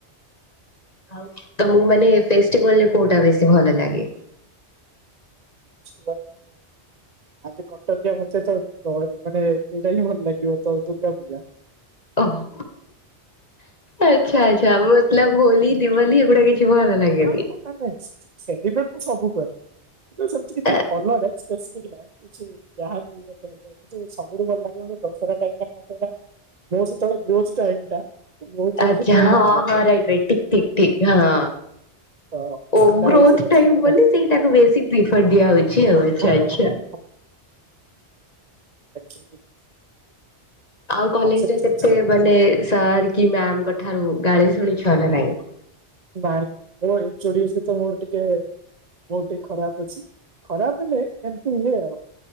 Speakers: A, on the left; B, on the right.
A: ଆଉ ତମକୁ ମାନେ ଫେଷ୍ଟିଭାଲରେ କୋଉଟା ବେଶୀ ଭଲ ଲାଗେ?
B: <unintelligible> ଆଗେ କଟକିଆ ପଚାରୁଚ ତ ମାନେ ଏଇଟା ହିଁ ଭଲ ଲାଗିବ ତ ଦୁର୍ଗା ପୂଜା।
A: ଓହୋ। ଆଛା ଆଛା ମତଲବ୍ ହୋଲି ଦିୱାଲି ଏଗୁଡା କିଛି ଭଲ ଲାଗେନି।
B: ହଁ ହଁ ନାଇଁ ନାଇଁ ସେଲିବ୍ରେଟ ତ ସବୁ କରେ କିନ୍ତୁ ସେମିତି କିଛି
A: ଆ
B: ଭଲ ନାଇଁ ସ୍ପେସିପିକ ନାଇଁ। କିଛି ଯାହା ବି ହେଲେ କିନ୍ତୁ ସବୁଠୁ ଭଲ ଲାଗିବ ମତେ ଦଶରା ଟାଇମ ମୁଁ ସେତେବେଳେ ଗ୍ରୋଥ ଟାଇମ ଟା ବହୁତ ମତେ
A: ଆଛା
B: ସେଥିପାଇଁ
A: ହଁ
B: ଭଲ ଲାଗେ
A: ହଁ ରାଇଟ୍ ରାଇଟ୍ ଠିକ୍ ଠିକ୍ ଠିକ୍ ହଁ।
B: ତ
A: ଓ
B: ସେଇଟା
A: ଗ୍ରୋଥ
B: ହଉଛି ମତେ
A: ଟାଇମ୍
B: ସବୁଠୁ
A: ବୋଲି
B: ଭଲ ଲାଗେ।
A: ସେଇଟାକୁ ବି ବେଶୀ ପ୍ରୀଫର ଦିଆହଉଛି ଆଉ ଆଛା
B: ହଁ
A: ଆଛା।
B: ହଁ
A: <inaudible>
B: ଆଛି ଯିବ।
A: ଆଉ କଲେଜରେ
B: ସେମିତି
A: କେତେ
B: କିଛି
A: ମାନେ ସାର୍ କି ମ୍ୟାମଙ୍କ ଠାରୁ ଗାଳି ଶୁଣିଛ ନା ନାଇଁ?
B: ନାଇଁ ନାଇଁ ମୋ ଏଚୋଡି ସହିତ ମୋର ଟିକେ ବୋତ ଟିକେ ଖରାପ ଅଛି। ଖରାପ ନାଇଁ ଏମିତି ହୁଏ ଆଉ